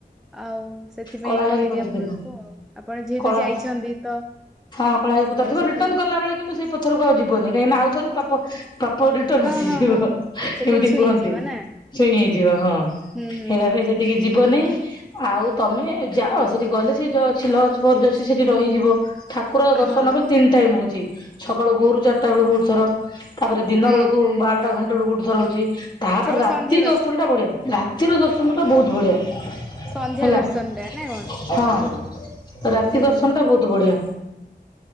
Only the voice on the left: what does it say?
କଳା ହେଇକି
ପଥର
ଥିବ
କଳା
ହଁ କଳା ହେଇକି ପଥର
ଥିବ
ରିଟର୍ଣ୍ଣ କଲାବେଳେ କିନ୍ତୁ ସେ ପଥରକୁ ଆଉ ଯିବ ନାହିଁ କାହିଁକି ନା ଆଉଥରେ ପାପ ପାପ ରିଟର୍ଣ୍ଣ
ଆସିଯିବ
ଏମିତି
କୁହନ୍ତି।
ଛୁଇଁ ହେଇଯିବ ହଁ
ହେଇଟା ପାଇଁ ସେ ଟିକେ ଯିବନି ଆଉ ତମେ ଯାଅ ସେଠି ଗଲେ ସେଠି ଅଛି ଲଜ୍ ଫଜ୍ ଅଛି ସେଠି ରହିଯିବ ଠା ଠାକୁର ଦର୍ଶନ
ପାଇଁ ତିନି ଟାଇମ୍ ହଉଛି ସକାଳୁ ଭୋରୁ ଚାରିଟା ବେଳ ଗୋଟେ ଥର ତାପରେ ଦିନ
ବେଳକୁ ବାରଟା ଘଣ୍ଟ ବେଳକୁ ଗୋଟେ ଥର ହଉଛି। ତାପରେ
ରାତି
ଦର୍ଶନ ଟା ବଢିଆ। ରାତିର ଦର୍ଶନ ଟା ବହୁତ ବଢ଼ିଆ।
ହେଲା
ହଁ ରାତି
ଦର୍ଶନ ଟା ବହୁତ ବଢିଆ।